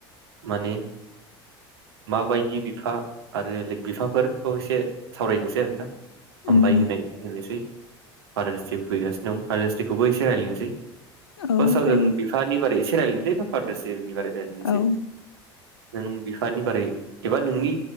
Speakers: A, on the right (about 70°); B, on the left (about 75°).
A: माने माबायदि बिफा आरो <unintelligible> बिफाफोरखौ एसे सावरायनोसै आरोना। हामबाय
B: उम उम
A: होनाय होनिसै। फादार्स डेबो फैगासिनो दं फादार्सखौबो एसे रायलायनोसै
B: औ
A: फार्स्टआव
B: जायो
A: जों बिफानि बागै एसे रायज्लायनोसै फादार्स डे बेनि बागै रायज्लायनोसै
B: औ
A: नों बिफानि बारै एबा नोंनि